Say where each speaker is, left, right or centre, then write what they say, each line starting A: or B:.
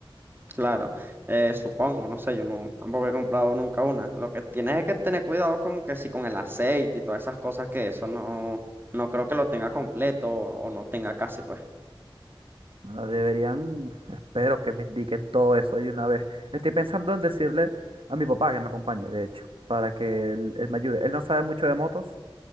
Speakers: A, on the right; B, on the right.
A: Claro, eh, supongo, no sé, yo no, tampoco he comprado nunca una. Lo que tienes es que tener cuidado con que si con el aceite y todas esas cosas que eso no, no creo que lo tenga completo o, o no tenga casi, pues.
B: Bueno, deberían, espero que me indiquen todo eso ahí de una vez. Estoy pensando en decirle a mi papá que me acompañe, de hecho, para que él, él me ayude. Él no sabe mucho de motos,